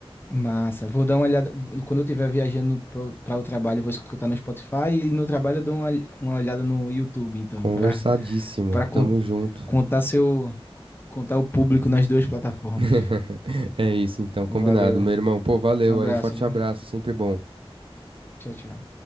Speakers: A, on the left; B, on the right.
A: massa. Vou dar uma olhada. Quando eu estiver viajando para o trabalho, eu vou escutar no Spotify e no trabalho eu dou uma, uma olhada no YouTube, então,
B: Conversadíssimo.
A: para para con-
B: Tamo junto.
A: contar seu contar o público nas duas plataformas.
B: <laughs> É isso, então, combinado.
A: Valeu.
B: Meu irmão, pô, valeu
A: Um abraço,
B: aí. Forte
A: viu?
B: abraço, sempre bom.
A: Tchau, tchau.